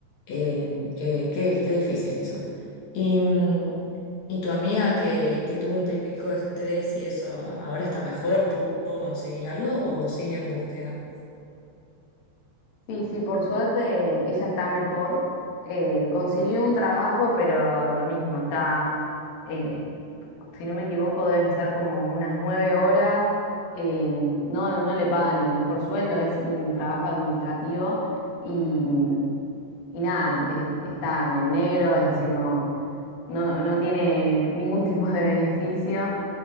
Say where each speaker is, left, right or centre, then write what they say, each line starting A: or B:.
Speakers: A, on the left (about 80°); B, on the left (about 60°).
A: Eh, qué, qué- qué difícil eso. Y, mm, y tu amiga que, que tuvo un pico de estrés y eso, ¿a- ¿ahora está mejor? ¿Pu- ¿Pudo conseguir algo o sigue en búsqueda?
B: Sí, sí, por suerte ella está mejor. Eh, consiguió un trabajo, pero lo mismo, está, eh, si no me equivoco, deben ser como unas nueve horas. Em, no, no le pagan el mejor sueldo, es un trabajo administrativo y, y nada, eh, está en negro, es decir, no, no, no tiene ningún <laughs> tipo de beneficio,